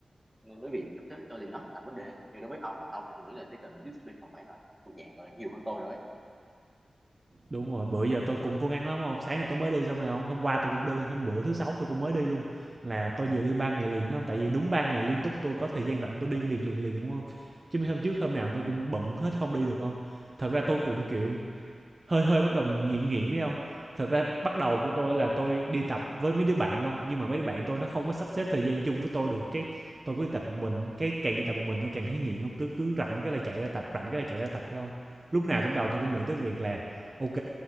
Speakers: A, in the centre; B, on the right.
A: nên bởi vì sắp xếp của tôi thì nó không thành vấn đề nhưng đối với ông á ông thì tôi nghĩ là cái cần discipline còn phải là thuộc dạng gọi là nhiều hơn tôi nữa ấy.
B: Đúng rồi, bữa giờ tôi cũng cố gắng lắm hông? Sáng nay tôi mới đi xong này không Hôm qua tôi cũng đi, hôm bữa thứ Sáu tôi cũng mới đi luôn, là tôi vừa đi 3 ngày liền đó hông? Tại vì đúng 3 ngày liên tục tôi có thời gian rảnh tôi đi liền, liền, liền đúng không Chứ mấy hôm trước hôm nào tôi cũng bận hết không đi được không Thật ra tôi cũng, kiểu hơi hơi bắt đầu nghiện nghiện đấy không? Thật ra bắt đầu
A: đúng rồi
B: của tôi là tôi đi tập với mấy đứa bạn không, nhưng mà mấy đứa bạn tôi nó không
A: ừ
B: có sắp xếp thời gian chung với tôi được, cái tôi cứ đi tập một mình, cái càng đi tập một mình tôi càng thấy nghiện không, tôi cứ rảnh cái là chạy ra tập, rảnh cái là chạy ra tập phải không? Lúc nào trong đầu tôi cũng nghĩ tới việc là ok,